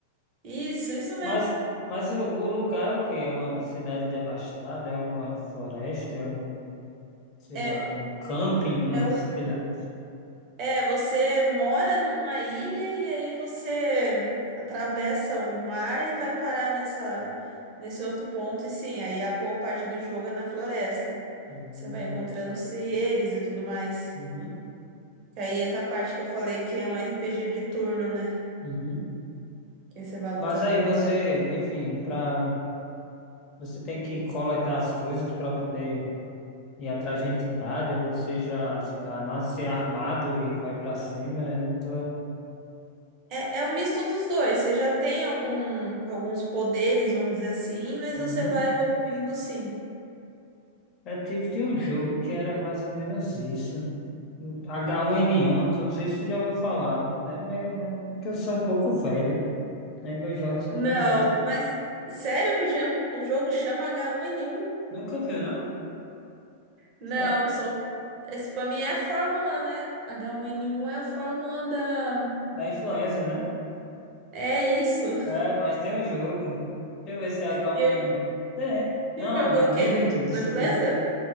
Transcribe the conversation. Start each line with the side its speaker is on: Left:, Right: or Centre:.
Right: Isso, isso mesmo.
Left: Mas, mas o, o lugar é o quê? É uma cidade devastada? É uma floresta? É um. sei
Right: É,
Left: lá, um camping, um,
Right: é, um
Left: sei lá.
Right: É, você mora numa ilha e aí você atravessa o mar e vai parar nessa, nesse outro ponto. E sim, aí a boa parte do jogo é na floresta.
Left: Hum,
Right: Você vai encontrando seres e tudo mais.
Left: Uhum,
Right: E aí entra a parte que eu falei que é um RPG de turno, né?
Left: uhum.
Right: Que aí você vai lutando
Left: Mas aí
Right: contra
Left: você,
Right: ele.
Left: enfim, para você tem que coletar as coisas para poder ir atrás de entidade, ou você já, sei lá, nasce armado e vai para cima. Então,
Right: É, é um misto dos dois. Você já tem algum, alguns poderes, vamos dizer assim, mas
Left: uhum.
Right: você vai evoluindo sim.
Left: É tipo de um jogo que era mais ou menos isso. H1N1, tu não sei se tu já ouviu falar, né? Mas, mas é porque eu sou um pouco velho, né? Meus jogos são
Right: Não,
Left: mais velhos.
Right: mas sério que o, jam- o jogo chama H1N1?
Left: Nunca viu, não?
Right: Não,
Left: Sério?
Right: sou. Esse pra mim é a fórmula, né? H1N1 é a fórmula da.
Left: Da influenza, né?
Right: É isso. <laughs>
Left: É, mas tem o jogo. Deixa eu ver se é h
Right: E
Left: 1 Neymar.
Right: eu,
Left: 1 É.
Right: eu
Left: Não,
Right: jogo
Left: minto,
Right: é o quê? Do,
Left: desculpa.
Right: do empresa?